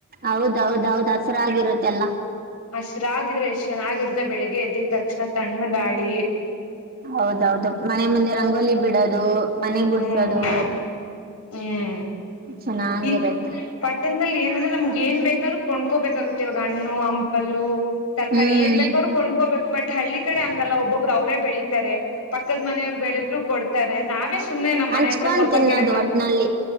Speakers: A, on the right; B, on the left.
A: ಹೌದೌದೌದು ಹಸರಾಗಿರುತ್ತೆಲ್ಲ
B: ಹಸರಾಗಿದ್ರೆ ಎಷ್ಟ್ ಚೆನ್ನಾಗಿರುತ್ತ ಬೆಳಿಗ್ಗೆ ಎದ್ದಿದ ತಕ್ಷಣ ತಣ್ಣ ಗಾಳಿ
A: ಹೌದೌದು ಮನೆ ಮುಂದೆ ರಂಗೋಲಿ ಬಿಡೋದು ಮನೆ
B: ಹ್ಮ್
A: ಗುಡ್ಸೋದು
B: ಹ್ಮ್
A: ಚೆನ್ನಾಗಿರುತ್ತೆ
B: ಈ ಪಟ್ಟಣದಲ್ಲಿ ಏನಂದ್ರೆ ನಮ್ಗೆ ಏನ್ ಬೇಕಾದ್ರೂ ಕೊಂಡ್ಕೋಬೇಕಾಗುತ್ತೆ ಇವಾಗ ಹಣ್ಣು ಹಂಪಲು ತರಕಾರಿ
A: ಹ್ಮ್
B: ಏನ್ ಬೇಕ ಅವ್ರು ಕೊಂಡ್ಕೋಬೇಕು ಬಟ್ ಹಳ್ಳಿ ಕಡೆ ಹಂಗಲ್ಲ ಒಬ್ಬೊಬ್ರು ಅವ್ರೇ ಬೆಳೀತಾರೆ ಪಕ್ಕದ ಮನೆಯವ್ರು ಬೆಳೆದ್ರು ಕೊಡ್ತಾರೆ ನಾವೇ ಸುಮ್ನೆ ನಮ್ಮ್
A: ಹಂಚ್ಕೊಂಡ್
B: ಮನೆ ಹತ್ರ ಸ್ವಲ್ಪ
A: ತಿನ್ನೋದು
B: ಗಿಡಗಳು
A: ಒಟ್ನಲ್ಲಿ